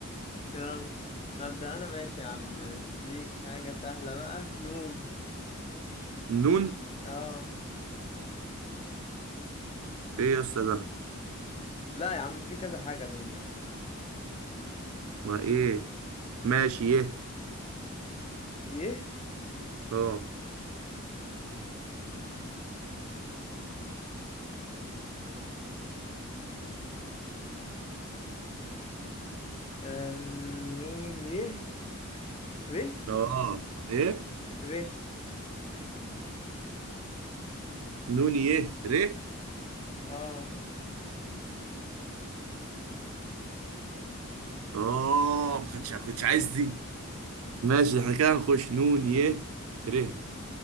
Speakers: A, on the left (about 30°); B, on the right (about 80°).
A: يلا مبدأ انا ماشي يا عم نديك حاجة سهلة بقى نون
B: نون
A: اه
B: ايه يا اسطى ده
A: لا يا عم في كذا حاجة نون يا عم
B: ما ايه ماشي ايه
A: يه
B: اه
A: أم... نون يه ره
B: اه ايه
A: ره
B: نون يه ر
A: اه
B: اه ما كنتش ما كنتش عايز دي ماشي احنا كده هنخش نون يه ر